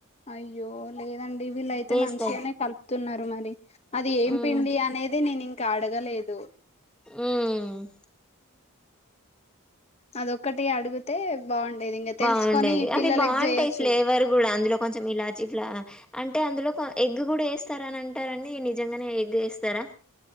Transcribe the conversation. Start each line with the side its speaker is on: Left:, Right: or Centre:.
Left: అయి య్యో లేదండి వీళ్ళయితే
Centre: వేస్ట్
Left: మంచిగనే
Centre: అయి
Left: కలుపుతున్నరు మరి, అది ఏం
Centre: మ్మ్
Left: పిండి అనేది నేనింక్ కడగలేదు
Centre: ఉమ్
Left: అదొక్కటి అడిగితే బాగుండేది ఇంకా
Centre: బాగుండేది
Left: తెలుసుకొని
Centre: అవి
Left: పిల్లలకి
Centre: బాగుంటయి
Left: చేయొచ్చు
Centre: ఫ్లేవర్ గుడా, అందులో కొంచెం ఇలాచి ఫ్లా అంటే అందులో కోన్ ఎగ్ గ్ గుడా ఏస్తారానంటరండి నిజ్ నిజంగనే ఎగ్ ఏస్తరా?